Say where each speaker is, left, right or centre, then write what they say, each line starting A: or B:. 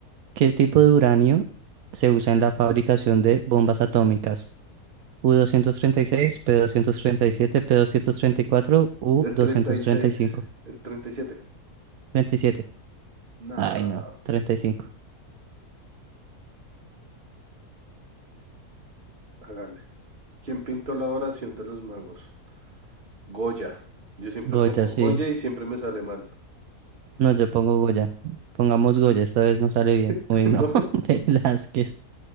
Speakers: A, on the right; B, on the right.
A: ¿Qué tipo de uranio se usa en la fabricación de bombas atómicas? U-236, P-237, P-234, U-235.
B: el 36, el 37.
A: 37.
B: Nah,
A: Ay, no, 35.
B: hágale. ¿Quién pintó la oración de los magos? Goya. Yo siempre
A: Goya,
B: pongo
A: sí.
B: Goya y siempre me sale mal.
A: No, yo pongo Goya. Pongamos Goya, esta vez no sale bien.
B: <laughs>
A: Uy, no, <laughs> Velázquez.